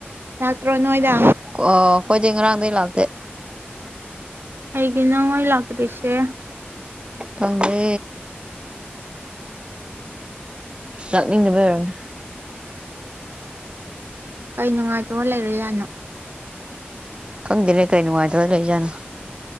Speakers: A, on the right; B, on the right.
A: ꯂꯥꯛꯇ꯭ꯔꯣ ꯅꯣꯏꯗ
B: ꯀꯑꯩꯈꯣꯏꯗꯤ ꯉꯔꯥꯡꯗꯩ ꯂꯥꯛꯇꯦ
A: ꯀꯩꯒꯤꯅꯣ ꯃꯩ ꯂꯥꯛꯇꯔꯤꯁꯦ
B: ꯈꯪꯗꯦ ꯂꯥꯛꯅꯤꯡꯗꯕꯩ ꯑꯣꯏꯔꯝꯅꯤ
A: ꯀꯩ ꯅꯨꯡꯉꯥꯏꯇꯕ ꯂꯩꯔ ꯖꯥꯠꯅꯣ
B: ꯈꯪꯗꯦꯅꯦ ꯀꯩ ꯅꯨꯡꯉꯥꯏꯇꯕ ꯂꯩꯖꯥꯠꯅꯣ